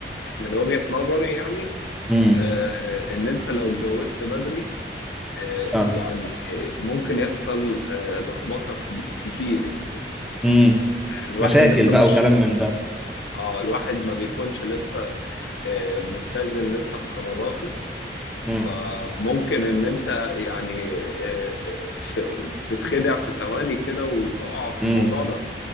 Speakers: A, on the left; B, in the centre.
A: من وجهة نظري يعني
B: امم
A: آه، ان انت لو اتجوزت بدري آه،
B: اه
A: يعني ممكن يحصل آه، لخبطه كب- كتير يعني
B: امم
A: الواحد
B: مشاكل
A: لسه
B: بقى
A: مش
B: وكلام من ده
A: اه الواحد ما بيكونش لسه آه، متزن لسه في قراراته
B: امم
A: فممكن ان انت يعني آه، في- تتخدع في ثواني كده وتقع في
B: امم
A: الموضوع ده